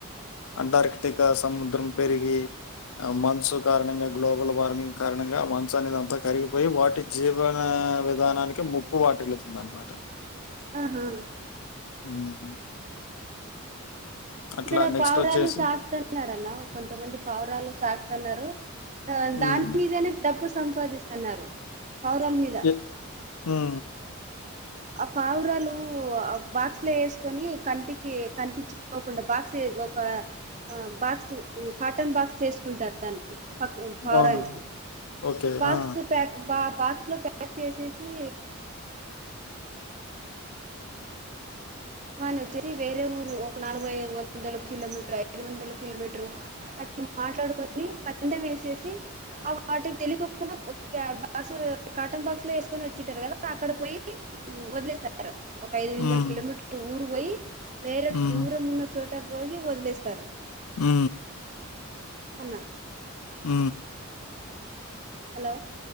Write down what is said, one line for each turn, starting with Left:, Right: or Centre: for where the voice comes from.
Left: అంటార్కిటికా సముద్రం పెరిగి మన్సు కారణంగా, గ్లోబల్ వార్మింగ్ కారణంగా మన్స్ అనేది అంతా కరిగిపోయి వాటి జీవన విధానానికి ముప్పు వాటిల్ళతుంది అనమాట
Right: ఆహా
Left: హ్మ్మ్ అట్లా
Right: ఇక్కడ
Left: నెక్స్ట్
Right: పావురాలు
Left: వచ్చేసి
Right: సాక్తా ఉన్నారన్న కొంతమంది పావురాలు సాకుతున్నారు
Left: హ్మ్.
Right: దాని మీదనే డబ్బు సంపాదిస్తున్నారు. పావురాల మీద
Left: ఏ ఉ
Right: ఆ పావురాలు ఆ బాక్స్ లో ఎసుకొని కంటికి కనిపించ పోకుండా బాక్స్ ఒక బాక్స్ కాటన్ బాక్స్ చేసుకుంటారు దానికి పావురానికి
Left: అవును. ఓకే.
Right: బాక్స్
Left: ఆ!
Right: ప్యాక్ బా బాక్స్లో ప్యాక్ చేసేసి వాన వచ్చిరి వేరే ఊరు ఒక నాలుగైదు వందలు కిలోమీటర్ ఐదు వందలు కిలోమీటరు అట్ మాట్లాడుకొని పందెం వేసేసి ఆ వాటికి తెలికొకుండా బాక్స్ కాటన్ బాక్స్ లో వేసుకొని వచ్చింటారు కదా అక్కడ పోయి వదిలేస్తారు ఒక ఐదు వందల
Left: హ్మ్.
Right: కిలోమీటర్ ఊరు పోయి వేరే
Left: హ్మ్.
Right: దూరం ఉన్న చోట పోయి వదిలేస్తారు
Left: ఉ
Right: అన్నా
Left: ఊ
Right: హలో